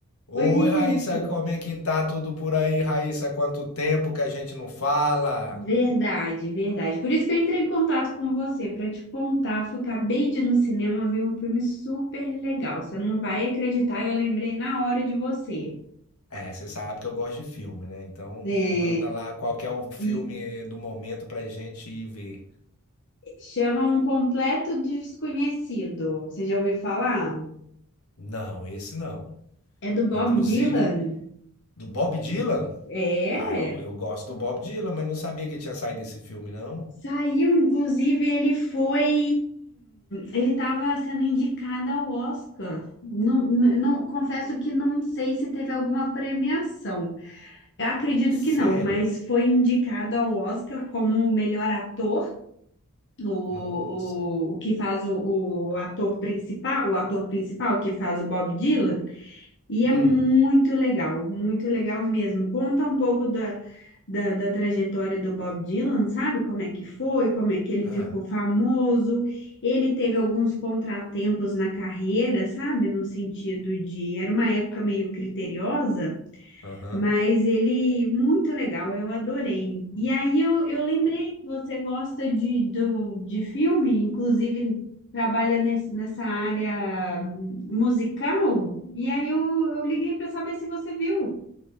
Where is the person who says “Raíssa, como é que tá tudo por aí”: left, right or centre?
Left